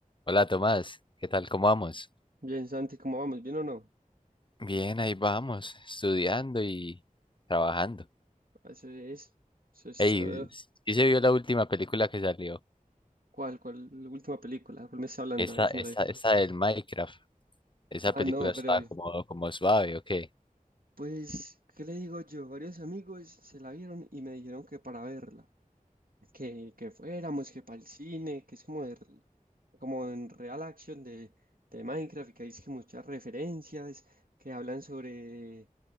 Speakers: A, on the left; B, on the right.
A: Hola Tomás, ¿qué tal? ¿Cómo vamos?
B: Bien, Santi, ¿cómo vamos? ¿Bien o no?
A: Bien, ahí vamos, estudiando y trabajando.
B: Eso es. Eso es
A: Ey,
B: todo.
A: ¿sí se vio la última película que salió?
B: ¿Cuál? ¿Cuál? La última película. ¿Cuál me está hablando?
A: Esa,
B: A ver si
A: esa,
B: me la vi.
A: esa del Minecraft. Esa
B: Ah,
A: película
B: no, pero.
A: estaba como, como suave, ¿o qué?
B: Pues, ¿qué le digo yo? Varios amigos se la vieron y me dijeron que para verla. que, que fuéramos, que para el cine, que es como, de r- como en real action de, de Minecraft y que hay es que muchas referencias que hablan sobre,